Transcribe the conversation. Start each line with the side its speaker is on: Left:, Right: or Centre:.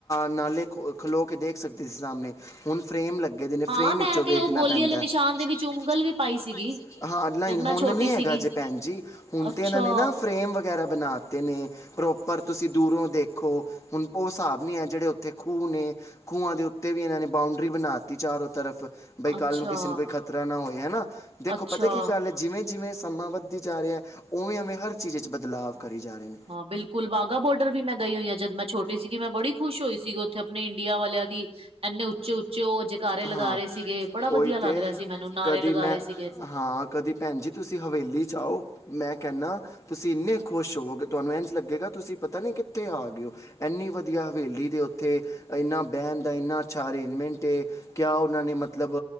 Left: ਨਾਲੇ ਖਲੋ ਕੇ ਦੇਖ ਸਕਦੇ ਸੀ ਸਾਹਮਣੇ, ਹੁਣ ਫਰੇਮ ਲੱਗੇ ਐਦੇ ਲਈ
Right: ਹਾਂ
Left: ਫਰੇਮ
Right: ਮੈਂ
Left: ਵਿਚ ਵੇਖਣਾ
Right: ਤੇ ਉਹ ਗੋਲੀ
Left: ਪੈਦਾ
Right: ਵਾਲੇ
Left: ਐ, ਗੋਲੀਆਂ ਦੇ ਨਿਸ਼ਾਨ
Right: ਵਿੱਚ
Left: ਦੇ ਵਿਚ ਉਂਗਲ
Right: ਪਾਈ
Left: ਵੀ ਪਈ ਸੀਗੀ। ਹਾਂ ਨਹੀਂ
Right: ਜਦ ਮੈਂ
Left: ਹੁਣ
Right: ਛੋਟੀ
Left: ਨਹੀ ਹੈਗਾ
Right: ਸੀਗੀ
Left: ਜੇ ਭੈਣ ਜੀ, ਹੁਣ
Right: ਅੱਛਾ
Left: ਤੇ ਇਹਨਾਂ ਨੇ ਨਾ ਫਰੇਮ ਵਗੈਰਾ ਬਣਾਤੇ ਨੇ। ਪ੍ਰੋਪਰ ਤੁਸੀਂ ਦੂਰੋਂ ਦੇਖੋ, ਹੁਣ ਉਹ ਹਿਸਾਬ ਨਹੀਂ ਹੈ ਜਿਹੜੇ ਉੱ ਉੱਥੇ ਖੂਹ ਨੇ, ਖੂਹਾਂ ਦੇ ਉੱਤੇ ਵੀ ਇਹਨਾਂ ਨੇ ਬਾਊਂਡਰੀ ਬਣਾ ਦਿੱਤੀ ਚਾਰੋਂ ਤਰਫ। ਬਈ ਕੱਲ
Right: ਅੱਛਾ
Left: ਨੂੰ ਕਿਸੇ ਨੂੰ ਕੋਈ ਖ਼ਤਰਾ ਨਾ ਹੋਏ ਹੈਨਾ, ਦੇਖੋ
Right: ਅੱਛਾ
Left: ਪਤਾ ਕੀ ਕੱਲ ਜਿਵੇਂ ਜਿਵੇਂ ਸਮਾਂ ਵੱਧਦੀ ਜਾ ਰਿਹਾ ਹੈ, ਉਵੇਂ ਉਵੇਂ ਹਰ ਚੀਜ਼ ਵਿੱਚ ਬਦਲਾਵ ਕਰੀ ਜਾ ਰਹੇ ਨੇ
Right: ਹਾਂ ਬਿਲਕੁਲ ਵਾਗਾ ਬੋਰਡਰ ਵੀ ਮੈਂ ਗਈ ਹੋਈ ਆਂ, ਜਦ ਮੈਂ ਛੋਟੀ ਸੀਗੀ, ਮੈਂ ਬੜੀ ਖੁਸ਼ ਹੋਈ। ਸੀ ਉੱਥੇ ਆਪਣੇ ਇੰਡੀਆ ਵਾਲਿਆਂ ਦੀ ਇੰਨੇ ਉੱਚੇ ਉੱਚੇ ਔ ਜਕਾਰੇ ਲਗਾ
Left: ਹਾਂ,
Right: ਰਹੇ ਸੀਗੇ, ਬੜਾ ਵਧੀਆ
Left: ਉਹੀ
Right: ਲੱਗ
Left: ਤੇ
Right: ਰਿਹਾ ਸੀ। ਮੈਨੂੰ ਨਾਅਰੇ
Left: ਕਦੀ
Right: ਲਗਾ
Left: ਮੈਂ,
Right: ਰਹੇ ਸੀਗੇ
Left: ਹਾਂ ਕਦੀ ਭੈਣ ਜੀ ਤੁਸੀਂ ਹਵੇਲੀ ਜਾਔ, ਮੈਂ ਕਹਿੰਨਾ, ਤੁਸੀਂ ਇੰਨੇ ਖੁਸ਼ ਹੋਵੋਗੇ ਤੁਹਾਨੂੰ ਇੰਝ ਲੱਗੇਗਾ ਤੁਸੀਂ ਪਤਾ ਨੀ ਕਿੱਥੇ ਆ ਗਏ ਹੋ, ਇੰਨੀ ਵਧੀਆ ਹਵੇਲੀ ਦੇ ਔਥੇ ਇੰਨਾ ਬਹਿਣ ਦਾ ਇੰਨਾ ਅੱਛਾ ਅਰੇਂਜਮੈਂਟ ਏ। ਕਿਆ ਉਹਨਾਂ ਨੇ ਮਤਲਬ